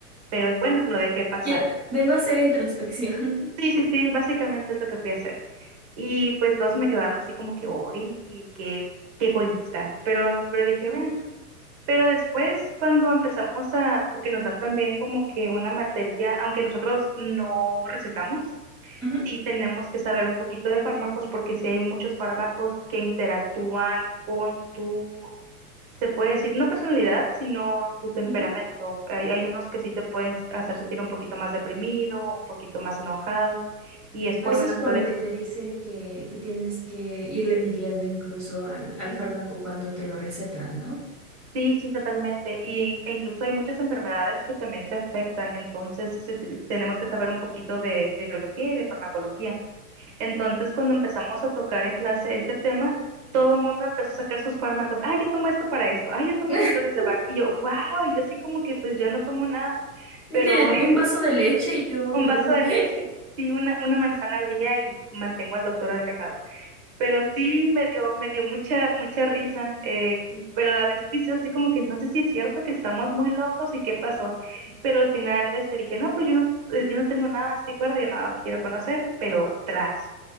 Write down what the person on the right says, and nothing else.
Pero bueno, lo dejé pasar.
Sí, sí, sí, básicamente es lo que fui a hacer. Y pues todos me quedaron así como que, uy, qué, qué egoísta. Pero, pero dije,
bueno, pero después cuando empezamos a, porque nos dan también como que una materia, aunque nosotros no recetamos,
sí tenemos que saber un poquito de fármacos porque sí hay muchos fármacos que interactúan con tu se puede decir, no personalidad, sino tu temperamento.
Hay, hay unos que sí te pueden hacer sentir un poquito más deprimido, un poquito más enojado, y es por
la naturaleza.
Sí,
sí, sí, totalmente. Y, e incluso hay muchas enfermedades que también te afectan, entonces se te- tenemos que saber un poquito de, de biología y de farmacología. Entonces, cuando empezamos a tocar en clase este tema, Todo el mundo empezó a sacar sus fármacos. Ah, yo tomo esto para esto. Ah, yo tomo
mis flores de Bach. Y yo, wow, y yo así como que pues yo no tomo nada.
Pero <laughs>
Un
vaso
de
leche, sí, una, una manzana al día y mantengo al doctor alejado. Pero sí me dio, me dio mucha, mucha risa, eh, y- pero a la vez triste, así como que entonces sí es cierto que estamos muy locos y qué pasó. Pero al final este, dije, no, pues yo no, eh, yo no tengo nada, estoy cuerda, yo nada más me quiero conocer, pero tras.